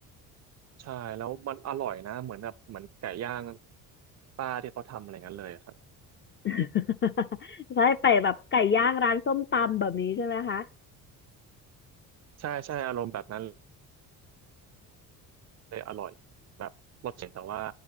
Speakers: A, on the right (about 40°); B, on the left (about 30°).
A: ใช่แล้วมันอร่อยนะเหมือนแบบเหมือนไก่ย่างป้าที่เขาทำอะไรเงี้ยเลยครับ
B: <laughs> ใช่ไปแบบไก่ย่างร้านส้มตำแบบนี้ใช่ไหมคะ
A: ใช่ใช่อารมณ์แบบนั้นเลยอร่อยแบบรสเจ็ดแต่ว่า